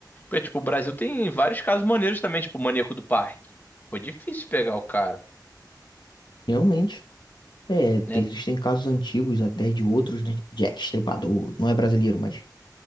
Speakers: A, on the left; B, on the left.
A: Porque, tipo, o Brasil tem vários casos maneiros também, tipo o Maníaco do Parque. Foi difícil pegar o cara,
B: realmente. É, tem-
A: né?
B: existem casos antigos até de outros, né? Tipo Jack Estripador, não é brasileiro, mas